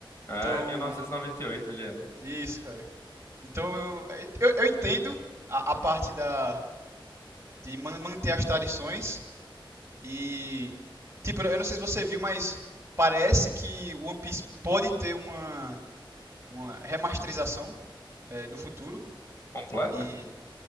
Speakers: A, on the left; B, on the right.
A: É,
B: Então,
A: mil novecentos e noventa e oito ele é.
B: isso, cara. Então eu, eu, eu entendo a, a parte da, de man- manter as tradições e tipo, eu não sei se você viu, mas parece que One Piece pode ter uma, uma remasterização é, no futuro
A: Completa?
B: e